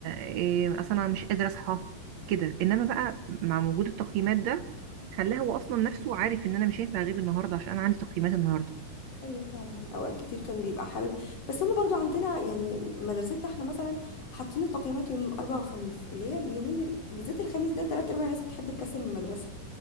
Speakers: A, on the right; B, on the left.
A: آه اصلا انا مش قادره اصحى كده انما بقى مع وجود التقييمات ده خلاه هو اصلا نفسه عارف ان انا مش هينفع اغيب النهارده عشان انا عندي تقييمات النهارده
B: ايوه فعلا اوقات كتير كان بيبقى حابب بس هما برضو عندنا يعني مدرستنا احنا مثلا حاطين التقييمات يوم اربعة وخميس اللي هي اليومين ال... بالذات الخميس ده تلات ارباع الناس بتحب تكسل من المدرسه